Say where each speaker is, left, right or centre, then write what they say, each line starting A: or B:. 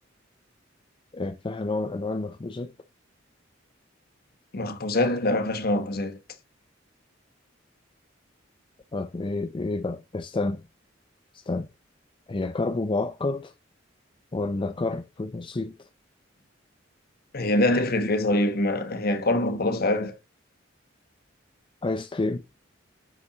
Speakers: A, on the left (about 25°); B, on the left (about 55°).
A: آه، فيها نوع من أنواع المخبوزات
B: مخبوزات لأ مفيهاش مخبوزات
A: طب إيه إيه بقى استنى استنى هي كرب معقد ولا كرب بسيط
B: هي ده هتفرق في ايه طيب ما هي كارب خلاص عادي
A: آيس كريم